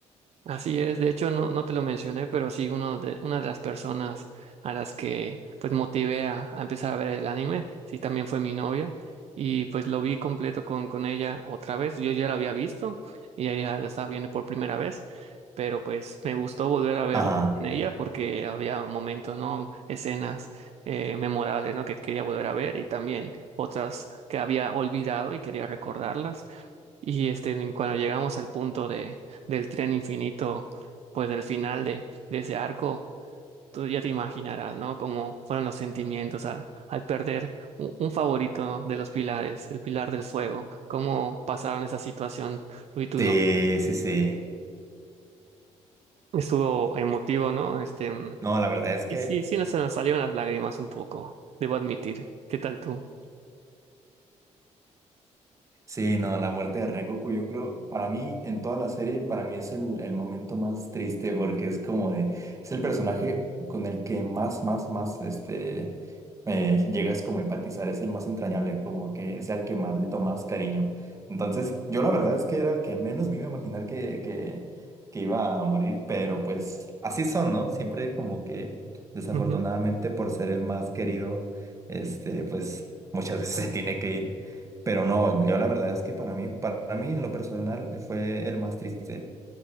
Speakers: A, on the right; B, on the right.
A: Así es, de hecho no, no te lo mencioné, pero sí uno de, una de las personas a las que pues motivé a, a empezar a ver el anime, sí también fue mi novia y pues lo vi completo con, con ella otra vez, yo ya lo había visto y ella lo estaba viendo por primera vez, pero pues me gustó volver a verlo
B: Ajá.
A: con ella porque había momentos, ¿no? Escenas eh, memorables, ¿no? Que quería volver a ver y también otras que había olvidado y quería recordarlas. Y este, cuando llegamos al punto de del tren infinito, pues del final de, de ese arco, tú ya te imaginarás, ¿no? Cómo fueron los sentimientos al, al perder u- un, favorito, ¿no? de los pilares, el pilar del fuego, cómo pasaron esa situación tú y tu
B: Sí,
A: novio.
B: sí, sí.
A: Estuvo emotivo, ¿no? Este, mm,
B: No, la verdad
A: y,
B: es
A: y
B: que
A: sí, sí nos, se nos salieron las lágrimas un poco, debo admitir. ¿Qué tal tú?
B: Sí, no, la muerte de Rengoku, yo creo, para mí, en toda la serie, para mí es el, el momento más triste porque es como de, es el personaje con el que más, más, más, este, eh, llegas como a empatizar, es el más entrañable, como que es el que más le tomas cariño. Entonces, yo la verdad es que era el que menos me iba a imaginar que, que, que iba a morir, pero pues así son, ¿no? Siempre como que, desafortunadamente,
A: Ujú.
B: por ser el más querido, este, pues muchas veces <laughs> se tiene que ir. Pero no, yo la verdad es que para mí, para mí en lo personal fue el más triste.